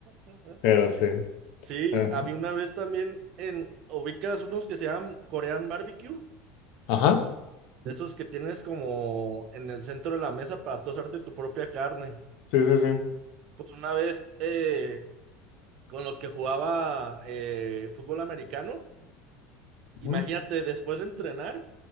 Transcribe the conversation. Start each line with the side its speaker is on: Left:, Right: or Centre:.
Right: ah.
Left: Pero sí.
Right: Sí,
Left: eh,
Right: había una vez también en. Ubicas unos que se llaman Korean Barbecue.
Left: Ajá.
Right: De esos que tienes como en el centro de la mesa para tú hacerte tu propia carne.
Left: Sí, sí, sí.
Right: Pues una vez eh, con los que jugaba eh, fútbol americano. Imagínate,
Left: Ujú.
Right: después de entrenar,